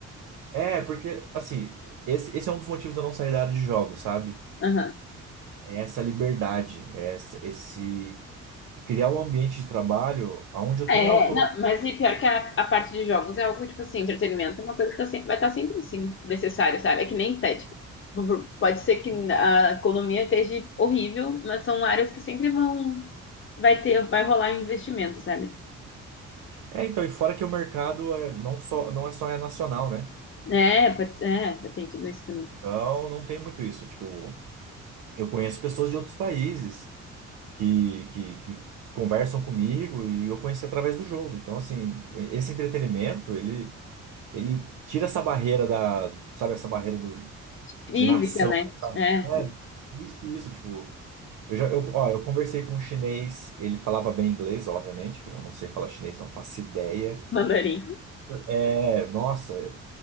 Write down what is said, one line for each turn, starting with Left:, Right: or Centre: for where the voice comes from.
Right: É, porque, assim, esse, esse é um dos motivos de eu não sair da área de jogos, sabe?
Left: Aham.
Right: É essa liberdade, é essa, esse criar um ambiente de trabalho onde eu
Left: É,
Right: tenha autonomia.
Left: não, mas e pior que a, a parte de jogos é algo, tipo assim, entretenimento é uma coisa que tá sempre, vai estar sempre, assim, necessário, sabe? É que nem estética. Pode ser que a economia esteja horrível, mas são áreas que sempre vão, vai ter, vai rolar um investimento, sabe?
Right: É, então, e fora que o mercado é não só, não é só é nacional, né?
Left: É, pode, é, tem tudo isso também.
Right: Então, não tem muito isso. Tipo, eu conheço pessoas de outros países que, que, que conversam comigo e eu conheci através do jogo. Então, assim, esse entretenimento, ele, ele tira essa barreira da, sabe, essa barreira do,
Left: Física,
Right: de nação,
Left: né?
Right: sabe?
Left: É,
Right: É, isso, isso, tipo, eu já, eu, ó, eu conversei com um chinês, ele falava bem inglês, obviamente, que eu não sei falar chinês, não faço ideia.
Left: mandarim.
Right: É, nossa,